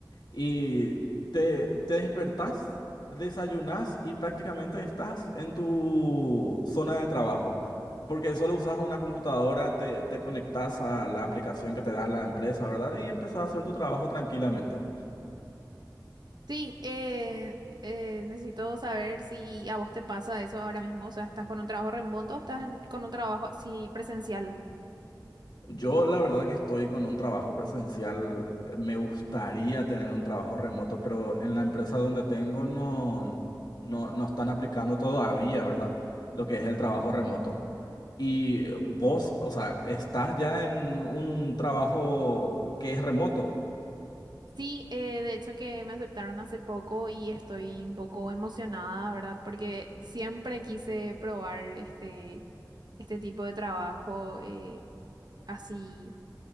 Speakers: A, on the left; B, on the right.
A: Y te, te despertás, desayunás y prácticamente estás en tu zona de trabajo. Porque solo usas una computadora, te, te conectás a la aplicación que te da la empresa, ¿verdad? Y empezás a hacer tu trabajo tranquilamente.
B: Sí, eh, eh, necesito saber si a vos te pasa eso ahora mismo, o sea, ¿estás con un trabajo remoto o estás en- con un trabajo así presencial?
A: Yo la verdad que estoy con un trabajo presencial. Me gustaría tener un trabajo remoto, pero en la empresa donde tengo no, no, no están aplicando todavía, ¿verdad? Lo que es el trabajo remoto. Y vos, o sea, estás ya en un trabajo que es remoto.
B: Sí, eh, de hecho que me aceptaron hace poco y estoy un poco emocionada, ¿verdad? Porque siempre quise probar este, este tipo de trabajo eh, así